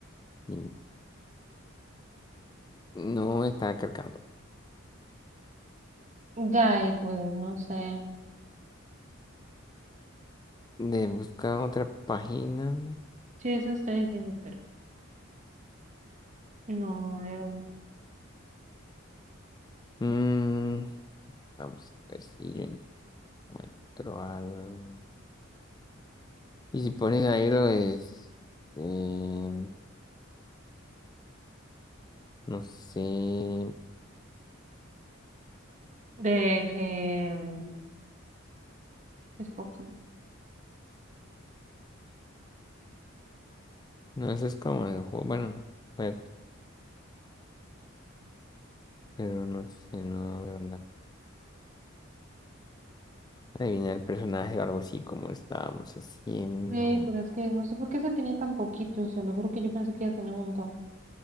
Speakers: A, on the left (about 20°); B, on the right (about 40°).
A: mm, no está cargando.
B: Ya, y pues no sé.
A: De buscar otra página.
B: Sí, eso estoy diciendo, pero no veo.
A: Mm, vamos a ver si yo encuentro algo. Y si pones ahí lo es. eh, no sé.
B: De que mm, es poquito.
A: No, eso es como el juego. Bueno, juegos. Pero no sé, no veo nada. Adivinar el personaje o algo así como estábamos haciendo.
B: Sí, pero es que no sé por qué se tenía tan poquito, se lo juro que yo pensé que iba a tener un montón.